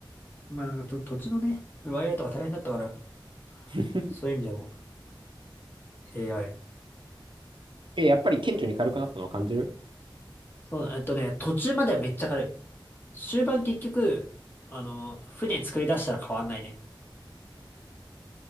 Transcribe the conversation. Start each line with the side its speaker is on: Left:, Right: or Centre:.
Left: まあなんかと、土地のね、奪い合いとか大変だったから、
Right: <laughs>
Left: そういう意味でも AI。
Right: え、やっぱり顕著に軽くなったのを感じる
Left: そうだ、えっとね、途中まではめっちゃ軽い。終盤結局、あの、船作り出したら変わんないね。